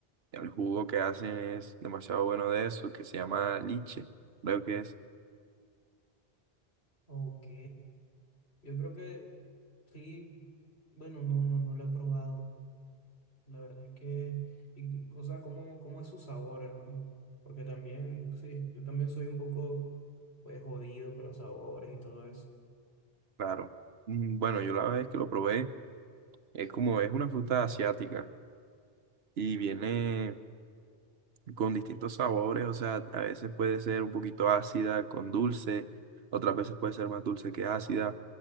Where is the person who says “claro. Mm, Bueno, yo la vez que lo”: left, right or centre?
Right